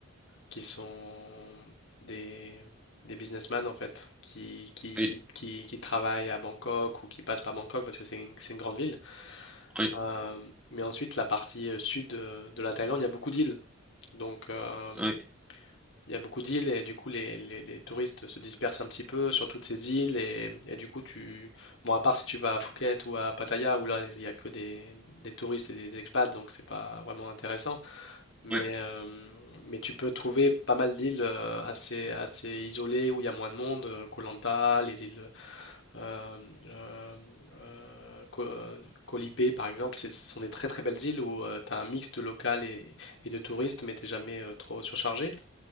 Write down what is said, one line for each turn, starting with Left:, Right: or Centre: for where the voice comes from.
Left: qui sont des, des businessmen en fait, qui, qui,
Centre: Oui,
Left: qui, qui, qui travaillent à Bangkok ou qui passent par Bangkok parce que c'est une, c'est une grande ville.
Centre: oui,
Left: Euh, mais ensuite, la partie euh, sud euh, de la Thaïlande, il y a beaucoup d'îles. Donc, euh,
Centre: oui,
Left: Il y a beaucoup d'îles et du coup les, les- les touristes se dispersent un petit peu sur toutes ces îles et, et du coup tu bon à part si tu vas à Phuket ou à Pattaya où là il y a que des, des touristes et des expats donc c'est pas vraiment intéressant mais
Centre: oui.
Left: euh, mais tu peux trouver pas mal d'îles euh, assez assez isolées où il y a moins de monde euh, Koh Lanta les îles euh, euh, euh, Ko- euh, Koh Lipe, par exemple c'est- ce sont des très très belles îles où tu as un mix de local et, et de touristes mais t'es jamais euh, trop surchargé